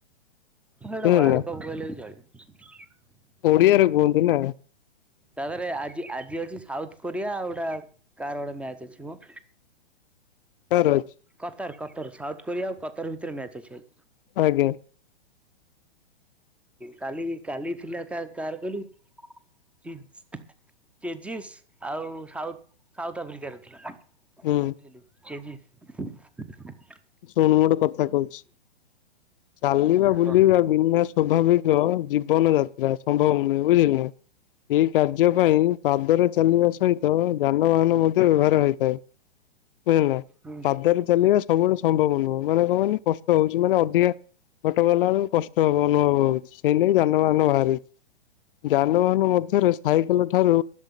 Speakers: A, in the centre; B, on the left (about 55°).
A: ହେଇଟା
B: ବୁଝିଲେ
A: ୱାଲଡ
B: ନା।
A: କପ୍ କହିଲେ ବି ଚଳିବ। ହୁଁ
B: ଓଡିଆରେ କୁହନ୍ତୁ ନାଁ।
A: ତା ଦେହରେ ଆଜି ଆଜି ଅଛି ସାଉଥ କୋରିଆ ଆଉ ଏଟା କାହାର ଗୋଟେ ମ୍ୟାଚ ଅଛିମ।
B: ସରଛି <inaudible>
A: କତର କତର ସାଉଥ କୋରିଆ ଆଉ କତର ଭିତରେ ମ୍ୟାଚ୍ ଅଛି।
B: ଆଜ୍ଞା।
A: କାଲିକି କାଲି ଥିଲା କା କାର କହିଲୁ? ଚେଜିସ୍ ଆଉ ସାଉଥ୍ ସାଉଥ୍ ଆଫ୍ରିକାର ଥିଲା।
B: ହୁଁ।
A: ତେଜିସ୍।
B: ଶୁଣୁ ଗୋଟେ କଥା କହୁଛି ଚାଲିବା ବୁଲିବା
A: କ
B: ବିନା ସୋଭାବିକ ଜୀବନ ଯାତ୍ରା ସମ୍ଭବ ନୁହେଁ ବୁଝିଲେ। ଏଇ କାର୍ଯ୍ୟ ପାଇଁ ପାଦରେ ଚାଲିବା ସହିତ ଯାନବାହାନ ମଧ୍ୟ ବ୍ୟବହାର ହୋଇଥାଏ। ବୁଝିଲ
A: ଧଳା
B: ପାଦରେ ଚାଲିବା ସବୁବେଳେ ସମ୍ଭବ ନୁହଁ ମାନେ କଣ କହିଲେ କଷ୍ଟ ହଉଛି ମାନେ ଅଧିକା ଗୋଟେ କଲା ବେଳକୁ କଷ୍ ବ ଅନୁଭବ ହଉଛି ସେଇ ନେଇ ଯାନବାହାନ ବାହାରିଛି ଯାନବାହାନ ମଧ୍ୟରେ ସାଇକେଲ ଠାରୁ